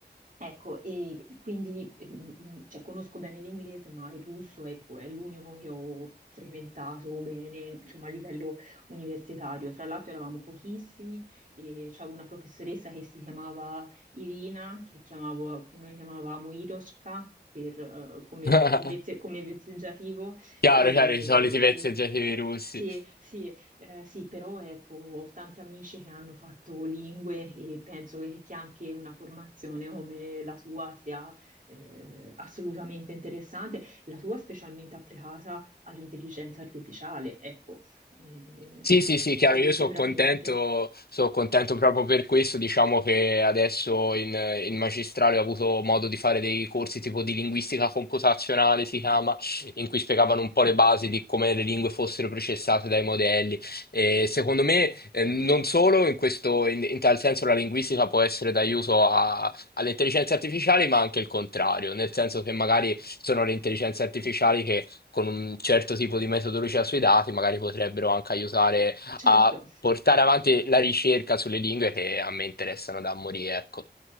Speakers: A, on the right; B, on the left.
A: Ecco, e quindi mm, cioè, conosco bene l'inglese, ma il russo ecco, è l'unico che ho frequentato bene, insomma, a livello universitario. Tra l'altro eravamo pochissimi e c'avevo una professoressa che si chiamava Irina, che, chiamavo- che noi chiamavamo Iroshka per, eh, come,
B: <laughs>
A: vez- come vezzeggiativo,
B: Chiaro,
A: e...
B: chiaro, i soliti vezzeggiativi russi.
A: Sì, sì, eh, sì, però ecco, ho tanti amici che hanno fatto lingue e penso che, che anche una formazione come la sua sia eh, assolutamente interessante, la sua specialmente applicata all'intelligenza artificiale, ecco, eh,
B: Sì, sì, sì, chiaro,
A: quasi
B: io
A: sicuramente.
B: sono contento, sono contento proprio per questo, diciamo che adesso in, in magistrale ho avuto modo di fare dei corsi tipo di linguistica computazionale, si chiama, in cui spiegavano un po' le basi di come le lingue fossero processate dai modelli. E secondo me, eh, non solo in questo, in, in tal senso la linguistica può essere d'aiuto a- alle intelligenze artificiali, ma anche il contrario, nel senso che magari sono le intelligenze artificiali con un certo tipo di metodologia sui dati, magari potrebbero anche aiutare
A: Certo,
B: a portare avanti la ricerca sulle lingue che a me interessano da morire, ecco.